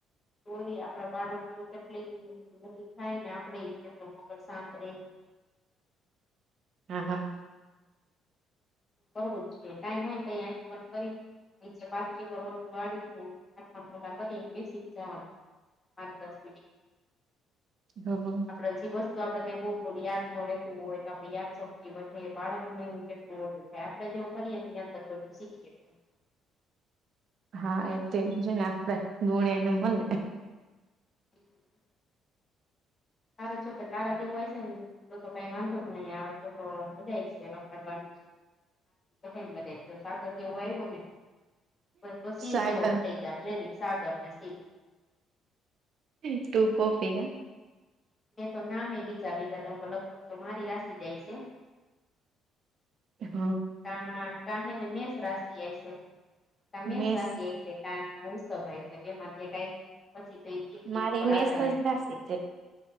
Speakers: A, on the left; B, on the right.
A: તોય આપડા બાળક <unintelligible> થાય ને આપડેય <unintelligible> ક સાંત રે
B: હાં હાં
A: બરોબર છે ટાઈમ હોય ને તંય આંખ બંધ કરી નીચે પાથરી પલોઠુ વાળીને હાથમા ગલા કરીને બેસી જ જવાનું પાંચ દસ મિનિટ
B: હમ
A: આપડા <unintelligible> તો આપડે કઈ બઉ થોડી યાદ ન રહેતું હોય આપડી યાદ શક્તિ વધે બાળકને એવ કેટલું હો હ આપડે જેવું કરીએ ને એ અંદર બધું શીખી જાય
B: હા એ તે છે ને આપડે ગુણે એને મલે
A: હમ <unintelligible> તાર જો કે તારા જેવું હોય છે ને તો કઈ, વાંધો જ નહી આવે તો તો બધા. મળવાનું, ક ને બધ તોા દવું આવ્યું ને. પ <unintelligible>
B: સાગર
A: જેવો જ થઈ જયા લે ન સાગર ને શિવ
B: ટું કોપી કે
A: મેં તો નામે વિચાર લીધા ત લગભગ તો મારી રાસી જાય છે.
B: હ હ.
A: ક કાહેને મેષ રાશિ જાય
B: થી
A: છે, મે
B: મેસ
A: રાશિ ક ઉસવાય છે બે માંથી એક, પછી તો એ તિથી
B: મારી
A: ઉપર
B: મેસ
A: આધારે
B: જ રાશિ છે